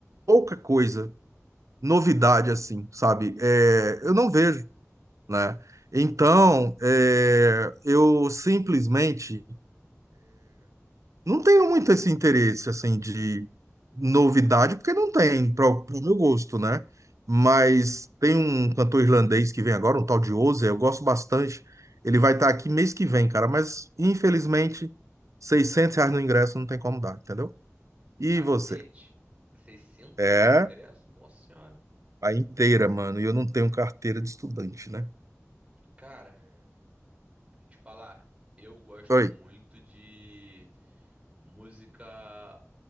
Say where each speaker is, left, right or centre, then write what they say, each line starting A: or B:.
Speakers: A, on the right; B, on the right.
A: pouca coisa, novidade assim, sabe? É, eu não vejo, né? Então, é, eu simplesmente não tenho muito esse interesse assim de novidade, porque não tem, para o meu gosto, né? Mas tem um cantor irlandês que vem agora, um tal de Ozzy, eu gosto bastante. Ele vai estar aqui mês que vem, cara, mas infelizmente, 600 reais no ingresso não tem como dar, entendeu? E
B: Cacete!
A: você?
B: seiscentos
A: É.
B: reais no ingresso? Nossa senhora!
A: a inteira, mano. E eu não tenho carteira de estudante, né?
B: Cara, vou te falar, eu gosto
A: Oi.
B: muito de... música